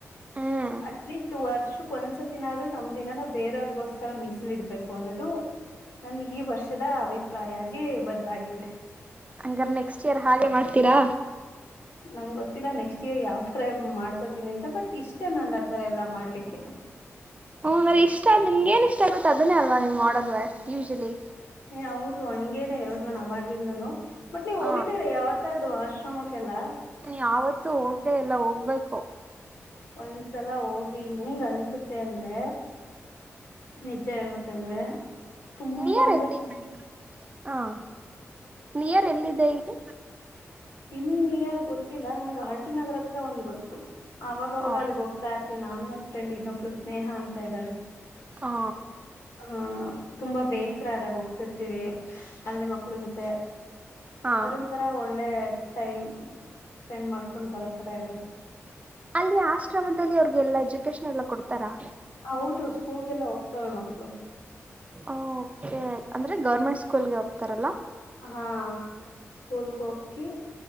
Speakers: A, on the right; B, on the left.
A: ಹ್ಮ್
B: ಅಟ್ಲೀಸ್ಟ್ ವರ್ಷಕ್ ಒಂದ್ಸತ್ತಿ ನಾದ್ರು. ನಮ್ದ್ ಇನ್ನನ. ಬೇರೆಯಾವ್ರಿರ್ಗೋಸ್ಕರ ಮಿಸಲ್ ಇಡ್ಬೇಕ್ ಕೊನದು. ನನ್ಗ್ ಈ ವರ್ಷದ ಅಭಿಪ್ರಾಯ ಆಗಿ ಬದ್ಲಾಗಿದೆ.
A: ಹಂಗಾರ್ ನೆಕ್ಸ್ಟ್ ಇಯರ್ ಹಾಗೆ ಮಾಡ್ತೀರಾ.
B: ನಂಗ್ ಗೊತ್ತಿಲ್ಲ ನೆಕ್ಸ್ಟ್ ಇಯರ್ ಯಾವ್ತರ ಮಾಡ್ಕೋತೀನಿ ಅಂತ ಬಟ್ ಇಷ್ಟ ನಂಗ್ ಆತರ ಎಲ್ಲಾ ಮಾಡ್ಲಿಕ್ಕೆ.
A: ಹ್ಮ್ ಹಂಗಾರೆ ಇಷ್ಟ ನಿಮ್ಗೆ ಏನ್ ಇಷ್ಟ ಆಗತ್ತೆ ಅದನ್ನೇ ಅಲ್ವಾ ನೀವ್ ಮಾಡೋದ್ ಯೂಶಲಿ
B: ಹೌದು ಹಂಗೇನ ಇರೋದ್ ನಾನ ಅವಾಗ್ಲಿಂದನು ಮತ್ ನೀವ್
A: ಹಾ
B: ಹೋಗಿದ್ದೀರಿ ಯಾವತ್ತಾದ್ರು ಆಶ್ರಮಕ್ಕೆಲ್ಲ
A: ನೀ ಯಾವತ್ತುೂ ಹೋಗ್ದ ಎಲ್ಲ ಹೋಗ್ಬೇಕು
B: ಒಂದ್ಸಲ ಹೋಗಿ ಹಿಂಗ್ ಅನ್ಸುತ್ತೆ ಅಂದ್ರೆ ನಿಜ ಹೇಳ್ಬೇಕಂದ್ರೆ ತುಂಬಾ
A: ನಿಯರ್
B: ಅಂದ್ರೆ
A: ಎಲ್ಲಿ
B: <unintelligible>
A: ಹಾ ನಿಯರ್ ಎಲ್ಲಿದೆ ಇಲ್ಲಿ
B: ಇನ್ನು ನಿಯರ್ ಗೊತ್ತಿಲ್ಲ ನಂಗೆ ಆರ್ಟಿ ನಗರ ಹತ್ರ ಒಂದ್ ಗೊತ್ತು ಆ ಅವಾಗವಾಗ
A: ಹಾ
B: ಅಲ್ಲಿ ಹೋಗ್ತಾ ಇರ್ತೀನಿ ನಾನು ನನ್ನ ಫ್ರೆಂಡ್ ಇನ್ನೊಬ್ಬ ಸ್ನೇಹ ಅಂತ ಇದ್ದಾಳೆ
A: ಹಾ
B: ಹ ತುಂಬಾ ಬೇಸ್ರ ಆದಾಗ್ ಹೋಗ್ತಿರ್ತೀವಿ ಅಲ್ಲಿ ಮಕ್ಳು ಜೊತೆ,
A: ಹಾ
B: ಅದೊಂತರ ಒಳ್ಳೆ ಟೈಮ್ ಸ್ಪೆಂಡ್ ಮಾಡ್ಕೊಂಡ್ ತರ ಇರುತ್ತೆ
A: ಅಲ್ಲಿ ಆಶ್ರಮದಲ್ಲಿ ಅವರು ಎಲ್ಲ ಎಜುಕೇಶನ್ ಎಲ್ಲ ಕೊಡ್ತಾರಾ
B: ಹೌದು ಸ್ಕೂಲ್ಗೆಲ್ಲ ಹೋಗ್ತವೆ ಮಕ್ಕಳು
A: ಓಕೆ ಅಂದ್ರೆ ಗೌರ್ಮೆಂಟ್ ಸ್ಕೂಲ್ಗೆ ಹೋಗ್ತಾರಲ್ಲ
B: ಹಾ ಸ್ಕೂಲ್ಗೆ ಹೋಗಿ